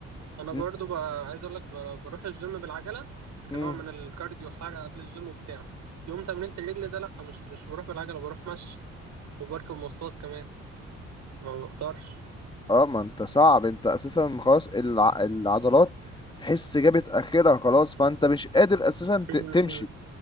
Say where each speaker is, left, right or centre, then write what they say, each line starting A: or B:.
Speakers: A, on the right; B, on the left.
A: انا
B: م-
A: برضو بقى عايز اقول لك ب- بروح الجيم بالعجله كنوع
B: م.
A: من الكارديو حرق قبل الجيم وبتاع يوم تمرينة الرجل ده لا مش مش بروح بالعجله بروح مشي وبركب مواصلات كمان ما بقدرش
B: اه ما انت صعب انت اساسا خلاص الع... العضلات تحس جابت اخرها خلاص فانت مش قادر اساسا
A: مم.
B: ت... تمشي
A: مم.